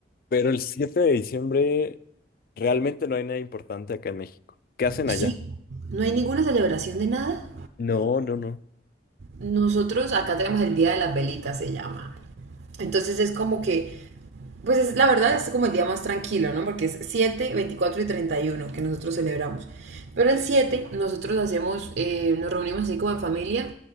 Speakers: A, on the left (about 50°); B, on the right (about 65°).
A: pero el 7 de diciembre realmente no hay nada importante acá en México. ¿Qué hacen
B: Sí,
A: allá?
B: no hay ninguna celebración de nada.
A: No, no, no.
B: Nosotros acá tenemos el Día de las Velitas, se llama. Entonces es como que Pues es, la verdad es como el día más tranquilo, ¿no? Porque es 7 24 y 31 que nosotros celebramos. Pero el 7 nosotros hacemos, eh, nos reunimos así como en familia